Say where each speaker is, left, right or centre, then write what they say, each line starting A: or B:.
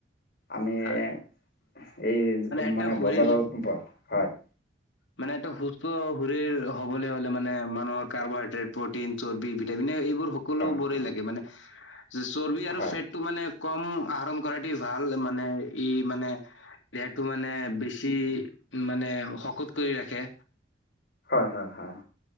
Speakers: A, on the left (about 55°); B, on the left (about 75°).
A: আমি
B: হয়
A: এ এই
B: এটা
A: মানে
B: শৰীৰ
A: বজাৰৰ হয়।
B: মানে এটো সুস্থ শৰীৰ হবলৈ হ'লে মানে মানুহৰ কাৰ্বহাইড্ৰেট, প্ৰটিন, চৰ্বি, ভিটামিন এই বোৰ সকলোবোৰেই
A: হয় হয়
B: লাগে মানে চৰ্বি
A: হয়
B: আৰু ফেটটো মানে কম আহৰণ কৰাতে ভাল মানে ই মানে ইয়াৰটো মানে বেছি মানে শকত কৰি ৰাখে।
A: হয় হয় হয়।